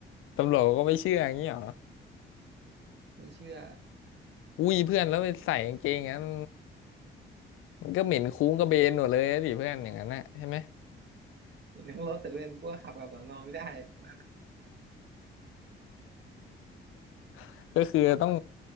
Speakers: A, on the left; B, on the right.
A: ตำรวจก็ไม่เชื่ออย่างนี้เหรอ
B: ไม่เชื่อ
A: อุ้ยเพื่อนแล้วไปใส่กางเกงอย่างนั้นมันก็เหม็นคุ้งกระเบนหมดเลยนะดิเพื่อนอย่างนั้นนะใช่ไหม
B: เห็นทั้งรถแต่เพื่อนกลัวขับกับสอนอไม่ได้ว่านะ
A: <laughs> ก็คือต้อง